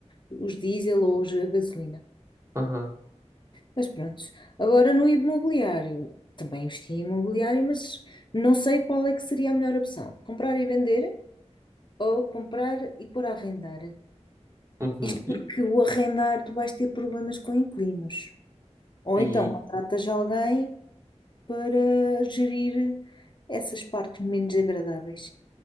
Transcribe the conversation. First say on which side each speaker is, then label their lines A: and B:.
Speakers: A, on the left; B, on the right.
A: os diesel ou os a gasolina.
B: Aham,
A: Mas pronto, agora no imobiliário, também investi em imobiliário, mas não sei qual é que seria a melhor opção, comprar e vender ou comprar e pôr a arrendar.
B: uhum.
A: Isto
B: E,
A: porque o arrendar tu vais ter problemas com inquilinos. Ou
B: e
A: então contratas alguém para gerir essas partes menos agradáveis.